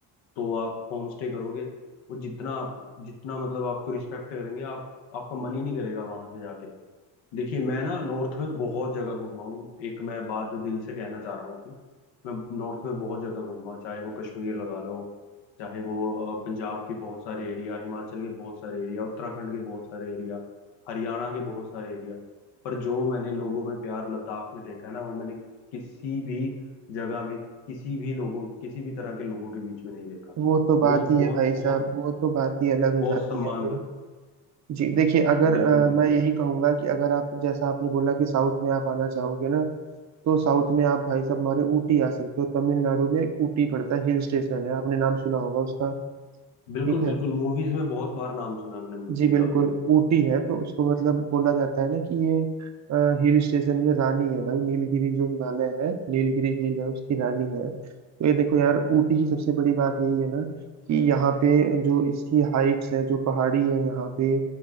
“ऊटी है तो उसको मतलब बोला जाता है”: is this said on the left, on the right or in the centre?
Right